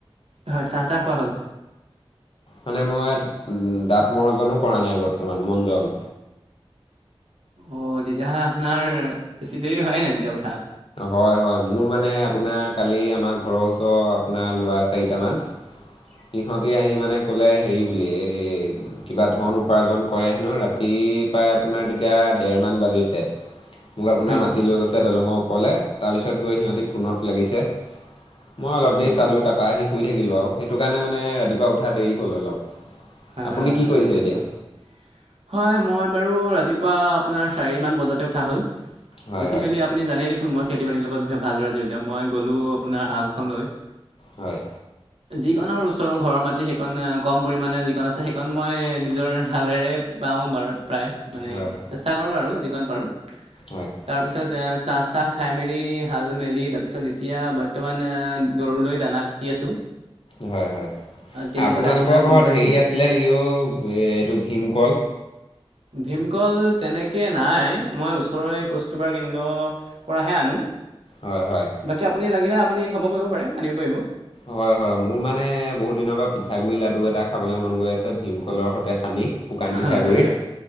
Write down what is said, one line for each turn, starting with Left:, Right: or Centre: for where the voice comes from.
Right: হয় চাহ টাহ খোৱা হ'ল।
Left: মানে মই দাঁত মৰ্জনো কৰা নাই বৰ্তমান মনজন।
Right: অ' তেতিয়াহ'লে আপোনাৰ বেছি দেৰি হোৱাই নাই তেতিয়া উঠা।
Left: হয়-হয় মোৰ মানে আপোনাৰ কালি আমাৰ ঘৰৰ ওচৰ আপোনাৰ লোৰা চাৰিটামান।
Right: <inaudible>
Left: সিহঁতি আহি মানে কলে হেৰি বুলি এই কিবা ধন উপাৰ্জন কৰে হেনো ৰাতি পাই আপোনাৰ তেতিয়া ডেৰ মান বাজিছে।
Right: <inaudible>
Left: মোক আপোনাৰ মাতি
Right: নেকি
Left: লৈ গৈছে দলঙৰ ওপৰলে তাৰপিছত গৈ সিহঁতি ফোনত লাগিছে। মই অলপ
Right: হয় হয়
Left: দেৰি চালো
Right: হয়
Left: তাৰপৰা আহি শুই থাকিলো আৰু সেইটো কাৰণে মানে ৰাতিপুৱা উঠা দেৰি হ'ল অলপ।
Right: হয়,
Left: আপুনি
Right: হয়-হয়
Left: কি কৰিছে
Right: বাৰু সেইটো
Left: এতিয়া
Right: হয়, হয় মই বাৰু ৰাতিপুৱা আপোনাৰ চাৰিমান বজাতে উঠা হ'ল।
Left: হয়
Right: উঠি
Left: হয়
Right: মেলি আপুনি জানেই দেখোন মই খেতি বাতিৰ লগত ভালদৰে জড়িত মই গ'লোঁ আপোনাৰ হালখনলৈ
Left: হয়।
Right: যিকনৰ ওচৰৰ ঘৰৰ মাটি সেইকন কম পৰিমানে আছে সেইকণ মই নিজৰ হালেৰে বাওঁ বাৰু প্ৰায় মানে
Left: হয়
Right: চেষ্টা কৰোঁ আৰু। যিকন পাৰোঁ
Left: হয়
Right: তাৰপিছত চাহ তাহ খাই মেলি হাল মেলি তাৰপিছত এতিয়া বৰ্তমান গৰুলৈ দানা কুটি আছোঁ।
Left: হয় হয়
Right: তেনেকুৱাতে
Left: আপোনালোকৰ
Right: আপোনাৰ ফোনটো
Left: ঘৰত
Right: আহিল
Left: হেৰি আছিলে নেক- কিয় এইটো ভীমকল
Right: ভীমকল তেনেকৈ নাই মই ওচৰৰ এই কষ্টবাৰ কেন্দ্ৰৰ পৰাহে আনো।
Left: হয় হয়
Right: বাকী আপুনি লাগিলে আপুনি খবৰ কৰিব পাৰে, আনিব পাৰিব।
Left: হয় হয় মোৰ মানে বহুত দিনৰ পৰা পিঠা গুৰি লাডু এটা খাবলৈ মন গৈ আছে ভীমকলৰ সৈতে সানি। শুকান
Right: হয়
Left: পিঠাগুৰিৰ
Right: হয় হয়